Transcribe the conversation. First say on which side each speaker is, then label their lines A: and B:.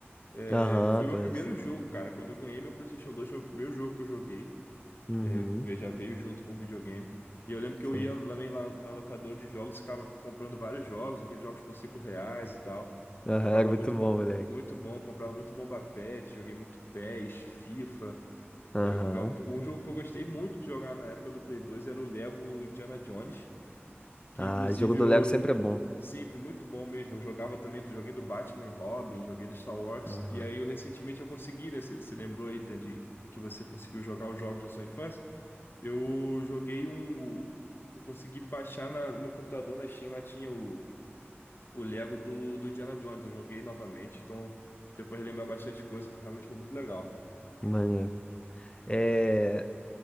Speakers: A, on the left; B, on the left.
A: É,
B: Aham,
A: foi meu
B: conheço.
A: primeiro jogo, cara. Quando eu ganhei meu PlayStation 2, foi o primeiro jogo que eu joguei.
B: Uhum,
A: É, ve- já veio junto com o videogame. E eu lembro que
B: sim.
A: eu ia também lá na locadora de jogos, ficava comprando vários jogos, aqueles jogos por 5 reais e tal.
B: Aham,
A: Comprava
B: era muito
A: muito
B: bom,
A: bom,
B: moleque.
A: muito bom, comprava muito Bomba Pet, joguei muito PES, FIFA.
B: Aham.
A: Jogava... Um jogo que eu gostei muito de jogar na época do Play 2 era o Lego Indiana Jones, que
B: Ah,
A: inclusive
B: jogo do
A: eu
B: Lego sempre é bom.
A: sempre muito bom mesmo. Eu jogava também do joguei do Batman e Robin, joguei do Star Wars,
B: Aham.
A: e aí eu recentemente eu consegui, né? Você você lembrou aí, Dan, de que você conseguiu jogar os jogos da sua infância? Eu joguei um. Eu consegui baixar na- no computador na Steam, lá tinha o, o Lego do, do Indiana Jones. Eu joguei novamente, então depois de lembrar bastante coisa, foi- realmente foi muito legal.
B: Maneiro. É,